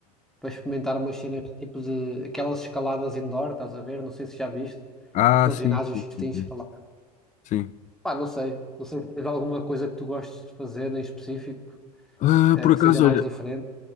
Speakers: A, in the centre; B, on the left (about 35°).
A: para experimentar umas cenas tipo de aquelas escaladas indoor, estás a ver? Não sei se já viste,
B: Ah,
A: aqueles
B: sim,
A: ginásios
B: sim,
A: que
B: sim.
A: têm escalada.
B: sim. Sim.
A: Pá, não sei. Não sei se tens alguma coisa que tu gostes de fazer em específico,
B: Ah,
A: eh,
B: por
A: que
B: acaso,
A: seja mais
B: olha,
A: diferente.